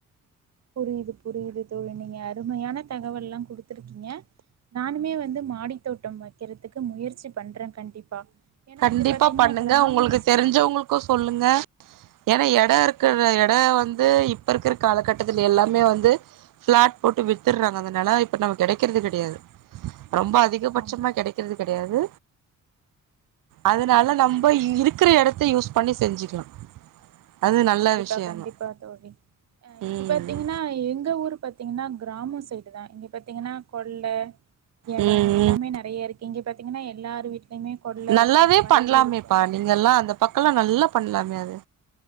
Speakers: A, on the right (about 55°); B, on the right (about 75°).
A: புரிது புரிது தோழி நீங்க அருமையான தகவல்லா குடுத்துருக்கீங்க நானுமே வந்து மாடி தோட்டம் வெக்கெறதுக்கு முயற்சி பண்றென் கண்டிப்பா ஏன்னா
B: கண்டிப்பா
A: இது பாத்தீங்கன்னா
B: பண்ணுங்க
A: கிராம
B: உங்களுக்கு
A: ஸ்
B: தெரிஞ்சவங்களுக்கு சொல்லுங்க ஏன்னா எடொ இருக்கிற எட வந்து இப்பருக்குற காலகட்டத்துல எல்லாமே வந்து பிளாட் போட்டு வித்துர்றாங்க அதனால இப்ப நமக்கு கெடக்கிறது கெடையாது ரொம்ப அதிக அதிகபட்சமா
A: ஆமா ஆமா
B: கெடக்கிறது கெடையாது அதனால நம்ப இருக்கிற எடத்த யூஸ் பண்ணி செஞ்சுக்கலா அது நல்ல
A: கண்டிப்பா
B: விஷயந்தா
A: கண்டிப்பா தோழி ஆ
B: ம்
A: இது பாத்தீங்கன்னா எங்க ஊரு பாத்தீங்கன்னா கிராமோ சைடுதா இங்க பாத்தீங்கன்னா கொல்ல எடோ
B: ம்
A: எல்லாமே
B: ம்
A: நறைய இருக்கு இங்க பாத்தீங்கன்னா எல்லாரு வீட்லயுமே கொல்ல
B: நல்லாவே
A: இருக்கோ வயல்
B: பண்ணலாமேப்பா
A: இருக்கோ
B: நீங்கல்லா அந்த பக்கோல்லா நல்லா பண்லாமே அது